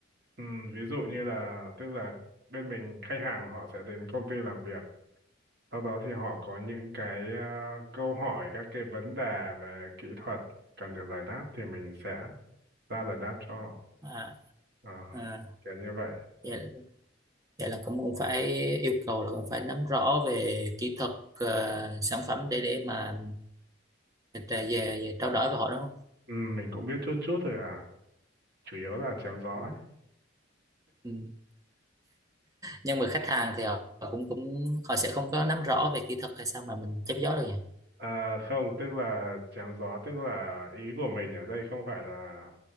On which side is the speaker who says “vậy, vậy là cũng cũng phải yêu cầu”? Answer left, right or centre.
Right